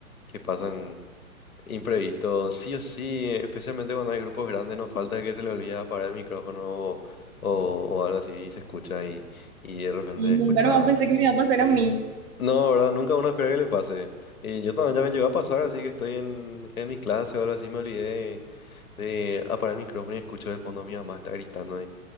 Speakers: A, on the left; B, on the right.
A: que pasan. Imprevisto, sí o sí, especialmente cuando hay grupos grandes, nos falta el que se le olvida apagar el micrófono o, o- o algo así y se escucha y, y de repente
B: sí, nunca
A: escuchas.
B: nomás pensé que me iba a pasar a mí.
A: No, ¿verdad? Nunca uno espera que le pase. Y yo también ya me llegó a pasar, así que estoy en, en mi clase o algo así, me olvidé de, de apagar el micrófono y escucho de fondo a mi mamá está gritando.